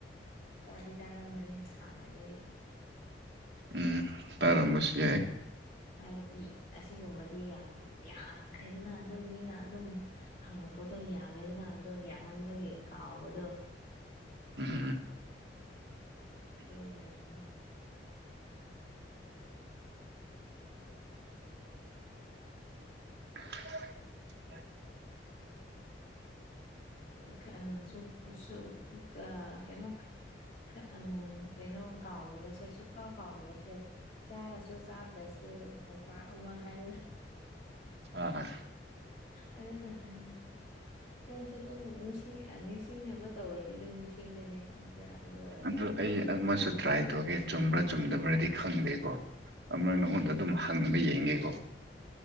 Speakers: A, on the left (about 50°); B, on the right (about 65°).
A: ꯇꯥꯗꯤ ꯇꯥꯔꯝꯃꯅꯤ ꯍꯥꯟꯅꯗꯒꯤ
B: ꯎꯝ ꯇꯥꯔꯝꯕꯁꯨ ꯌꯥꯏ
A: ꯍꯥꯏꯕꯗꯤ ꯑꯁꯤꯒꯨꯝꯕꯗꯤ ꯌꯥꯝ ꯌꯥꯝꯈ꯭ꯔꯦꯗꯅ ꯑꯗꯨꯝ ꯃꯤꯅ ꯑꯗꯨꯝ ꯍꯪꯉꯛꯄꯗꯣ ꯌꯥꯝꯃꯦꯗꯅ ꯑꯗꯣ ꯌꯥꯝꯃꯟꯕꯒꯤ ꯀꯥꯎꯕꯗꯣ
B: ꯎꯝ
A: ꯑꯗꯨꯒꯤ ꯌꯥꯔꯝꯅꯦ
B: <inaudible>
A: <unintelligible> ꯁꯨꯝ ꯁꯨꯝ ꯑ ꯀꯩꯅꯣ <unintelligible> ꯑꯥ ꯀꯩꯅꯣ ꯀꯥꯎꯗꯕꯁꯦ ꯁꯨꯛ ꯀꯥꯎ ꯀꯥꯎꯗꯕꯁꯦ ꯆꯥꯔꯁꯨ ꯆꯥꯗ꯭ꯔꯁꯨ ꯀꯣꯝꯄꯥꯛ ꯑꯃ ꯍꯥꯏꯕ
B: ꯑꯥ
A: ꯑꯗꯨ ꯈꯠꯇꯅꯦ ꯑꯩꯁꯦ ꯑꯗꯨꯝ ꯅꯤꯡꯁꯤꯡ ꯅꯤꯡꯁꯤꯡꯅꯕ ꯇꯧꯔꯗꯤ ꯑꯗꯨꯝ ꯅꯤꯡꯁꯤꯡꯒꯅꯤ ꯏꯗ ꯑꯗꯨ ꯑꯣꯏꯔꯁꯨ
B: ꯑꯗꯨ ꯑꯩ ꯑꯃꯁꯨ ꯇ꯭ꯔꯥꯏ ꯇꯧꯒꯦ ꯆꯨꯝꯕ꯭ꯔꯥ ꯆꯨꯝꯗꯕ꯭ꯔꯗꯤ ꯈꯪꯗꯦꯀꯣ ꯑꯃ
A: ꯍꯣꯏ
B: ꯅꯪꯉꯣꯟꯗ ꯑꯗꯨꯝ ꯍꯪꯕ ꯌꯦꯡꯉꯀꯣ